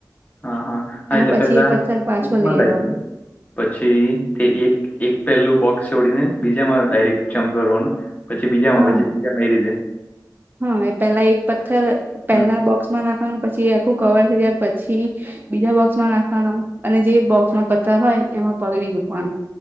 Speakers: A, on the left; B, on the right.
A: હા હા હા
B: અને
A: એટલે
B: પછી
A: પેલા
B: એ પથ્થર પાછો
A: એકમાં
B: લઈ
A: લાગ
B: આવ
A: પછી તે એક એક પહેલું બોકસ છોડીને બીજામાં ડાયરેક્ટ જમ્પ કરવાનું પછી બીજામાં
B: હા
A: પછી તીજા એ રીતે
B: હા એ પેલા એક પથ્થર પહેલા
A: હમ
B: બોક્સમાં નાખવાનું પછી આખું કવર થઈ જાય પછી બીજા બોક્સમાં નાખવાનું અને જે બોક્સમાં પથર હો એમાં પગડી ની મૂકવાનું